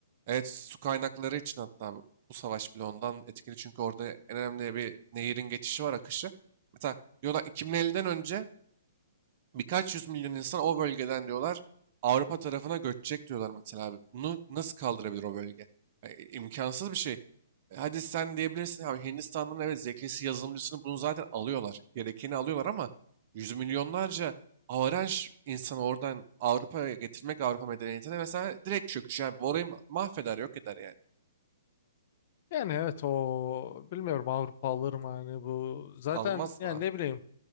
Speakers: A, on the right; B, on the left.
A: evet su kaynakları için hatta bu bu savaş bile ondan etkili çünkü orada en önemli bir nehirin geçişi var, akışı. Mesela diyorlar 2050'den önce Birkaç yüz milyon insan o bölgeden diyorlar Avrupa tarafına göçecek diyorlar mesela abi. Bunu nasıl kaldırabilir o bölge? Yani imkansız bir şey. E, Hadi sen diyebilirsin abi Hindistan'ın evet zekisi yazılımcısını bunu zaten alıyorlar. Gerekeni alıyorlar ama yüz milyonlarca avaraj insanı oradan Avrupa'ya getirmek Avrupa medeniyetine mesela direkt çöküş. Yani bu orayı ma- mahveder yok eder yani.
B: Yani evet o bilmiyorum Avrupa alır mı hani bu. Zaten
A: Almaz
B: yani
A: da.
B: ne bileyim